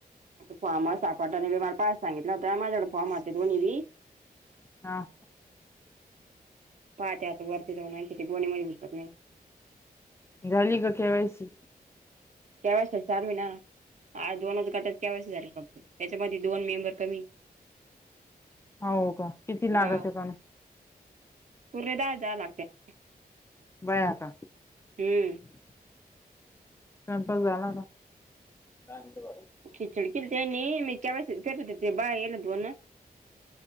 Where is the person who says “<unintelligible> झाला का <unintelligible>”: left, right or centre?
Left